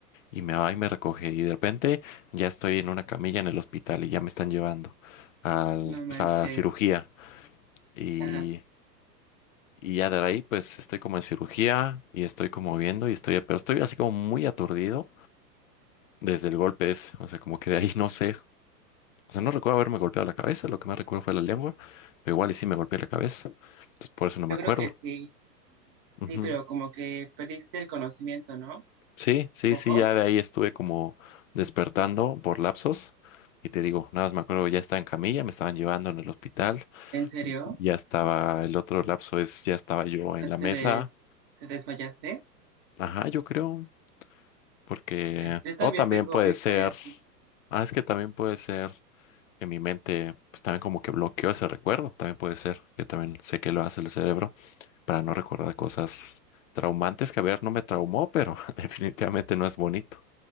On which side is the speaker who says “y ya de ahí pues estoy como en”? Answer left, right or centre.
Left